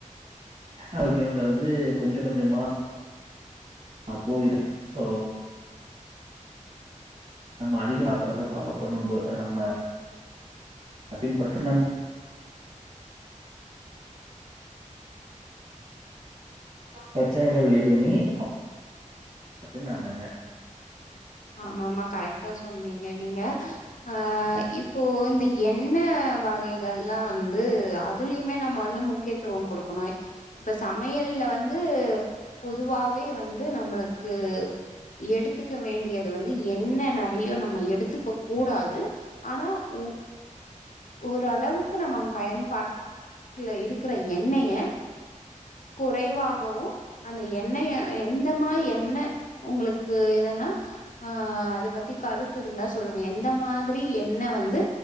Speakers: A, on the right; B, on the left.
A: ஆரோக்கியங்கறது கொஞ்ச கொஞ்சமா நா போயிதா சோ நம்ம அதிக சாப்படறத ஃபாலோ பண்ணும்போது நம்ம பின்பற்றும் நம் பிரெச்சனைகள் எதுமே <unintelligible>
B: ஆமா ஆமா கரெக்டா சொன்னீங் ங்க நீங்க அ இப்போ இந்த என்ன வகைகள்லா வந்து அதுலியுமே நம்ம வந்து முக்கியத்துவம் கொடுக்கணு இப்ப சமையல்ல வந்து பொதுவாவே வந்து நம்மளுக்கு எடுத்துக்க வேண்டிய வந்து என்ன நெறைய நம்ம எடுத்துக்க கூடாது ஆனா உ ஓரளவுக்கு நம்ம பயன்பாட்டுல இருக்குற எண்ணெய்ய குறைவாகவு அந்த எண்ணெய்ய எந்த மா எண்ண உங்களுக்கு எதன்னா ஆ அத பத்தி கருத்து இருந்தா சொல்லுங்க எந்த மாரி எண்ணெய் வந்து